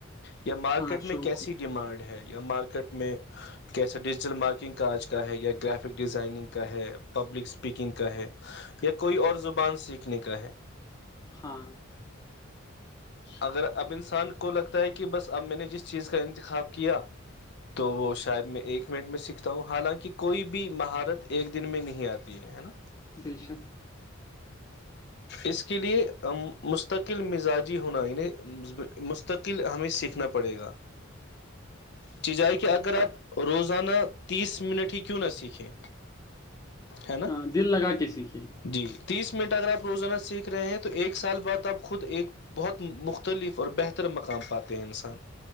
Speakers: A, on the left; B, on the left.
A: یا مارکیٹ
B: ہاں شوق
A: میں کیسی
B: ہو
A: ڈیمانڈ ہے یا مارکیٹ میں کیسے ڈیجیٹل مارکنگ کا آج کا ہے یا گرافک ڈیزائننگ کا ہے پبلک اسپیکنگ کا ہے یا کوئی اور زبان سیکھنے کا ہے
B: ہاں
A: اگر اب انسان کو لگتا ہے کہ بس اب میں نے جس چیز کا انتخاب کیا تو وہ شاید میں ایک منٹ میں سیکھتا ہوں حالانکہ کوئی بھی مہارت ایک دن میں نہیں آتی ہے نا
B: بے شک
A: اس کے لیے مستقل مزاجی ہونا یعنی مستقل ہمیں سیکھنا پڑے گا چیزائے کہ اگر آپ روزانہ تیس منٹ ہی کیوں نہ سیکھیں ہے نا
B: ہاں دل لگا کے سیکھے
A: جی تیس منٹ اگر آپ روزانہ سیکھ رہے ہیں تو ایک سال بعد آپ خود ایک بہت مختلف اور بہتر مقام پاتے ہیں انسان